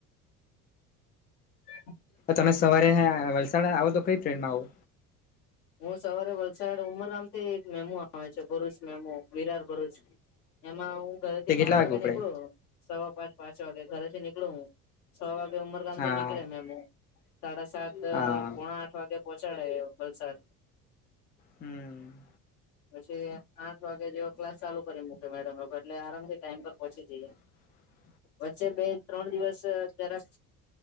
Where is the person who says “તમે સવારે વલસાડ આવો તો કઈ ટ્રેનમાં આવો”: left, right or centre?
Left